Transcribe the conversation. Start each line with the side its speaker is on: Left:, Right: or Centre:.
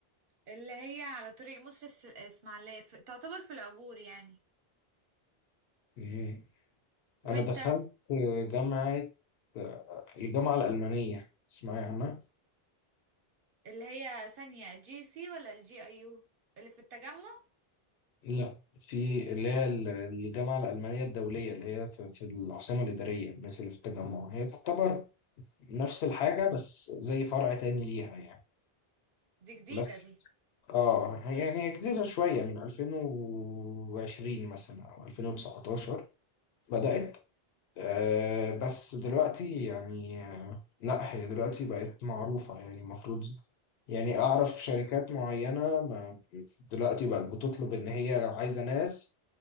Right: اللي هي على طريق مصر الس- الاسماعيليه في... تعتبر في العبور يعني
Left: ايه
Right: وانت
Left: أنا دخلت جامعة الجامعة الألمانية اسمها عنها
Right: اللي هي ثانيه جي سي ولا الجي اي يو اللي في التجمع
Left: لا في اللي هي ال- الجامعة الألمانية الدولية اللي هي في في العاصمة الإدارية مش اللي في التجمع هي تعتبر نفس الحاجة بس زي فرع تاني ليها يعني
Right: دي جديده
Left: بس
Right: دي
Left: اه يعني هي جديدة شوية من 2020 مثلا أو 2019 بدأت آه بس دلوقتي يعني لا هي دلوقتي بقت معروفة يعني المفروض يعني أعرف شركات معينة ما دلوقتي بقت بتطلب إن هي لو عايزة ناس